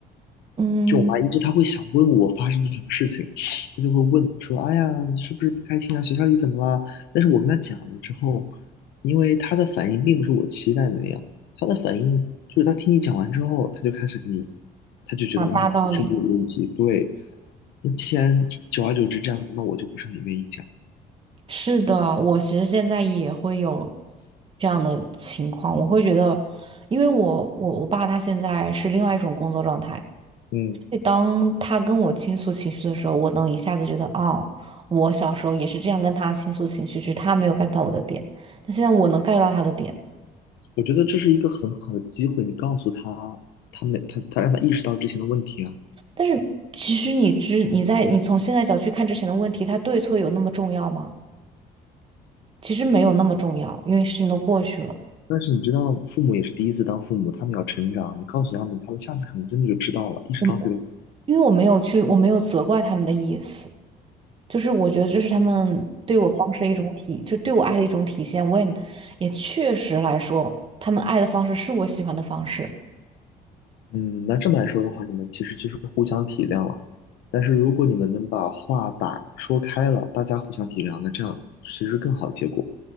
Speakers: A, on the right (about 35°); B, on the left (about 85°).
A: 嗯，
B: 就我妈一直她会想问我发生了什么事情，她就会问说：“哎呀，你是不是不开心啊？学校里怎么了？”但是我跟她讲了之后，因为她的反应并不是我期待的那样，她的反应就是她听你讲完之后，她就开始给你，她就觉得嗯，
A: 讲大道理。
B: 你是不是有问题？对，那既然久而久之这样子，那我就不是很愿意讲。
A: 是的，我其实现在也会有这样的情况，我会觉得，因为我我我爸他现在是另外一种工作状态，
B: 嗯，
A: 所以当他跟我倾诉情绪的时候，我能一下子觉得，哦，我小时候也是这样跟他倾诉情绪，只是他没有 get 到我的点，但现在我能 get 到他的点。
B: 我觉得这是一个很好的机会，你告诉她，她没她她让她意识到之前的问题啊。
A: 但是其实你知你在你从现在角去看之前的问题，它对错有那么重要吗？其实没有那么重要，因为事情都过去了。
B: 但是你知道，父母也是第一次当父母，他们要成长。你告诉他们，他们下次可能真的就知道了，意识到自己的。
A: 我因为我没有去，我没有责怪他们的意思，就是我觉得这是他们对我方式的一种体，就对我爱的一种体现。我也也确实来说，他们爱的方式是我喜欢的方式。
B: 嗯，那这么来说的话，你们其实就是互相体谅了。但是如果你们能把话打说开了，大家互相体谅，那这样其实更好的结果。